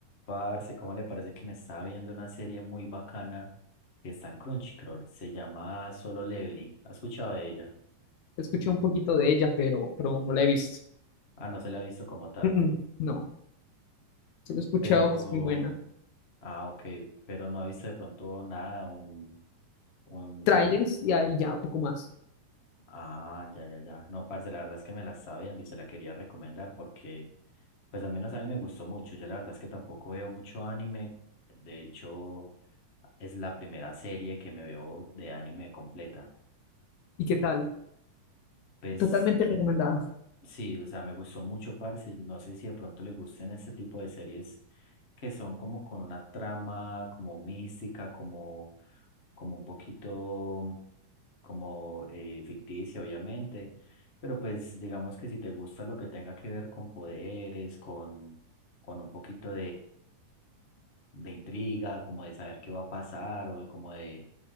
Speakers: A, on the left; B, on the left.
A: Parce, ¿cómo le parece que me estaba viendo una serie muy bacana que está en Crunchyroll? Se llama Solo Leveling. ¿Ha escuchado de ella?
B: Escuché un poquito de ella, pero, pero no la he visto.
A: Ah, no se la ha visto como tal.
B: Mm, mm, no, se lo he escuchado,
A: Pero,
B: que es muy buena.
A: ah, ok, pero no ha visto de pronto nada, un, un,
B: Trailers y ahí ya, poco más.
A: ah, ya, ya, ya. No, parce, la verdad es que me la estaba viendo y se la quería recomendar porque, pues al menos a mí me gustó mucho. Yo la verdad es que tampoco veo mucho anime. De hecho, es la primera serie que me veo de anime completa.
B: ¿Y qué tal?
A: Pues
B: Totalmente recomendada.
A: Sí, o sea, me gustó mucho, parce. y No sé si de pronto le gusten este tipo de series que son como con una trama como mística, como, como un poquito como eh, ficticia, obviamente. Pero pues digamos que si te gusta lo que tenga que ver con poderes, con, con un poquito de intriga, como de saber qué va a pasar o de como de,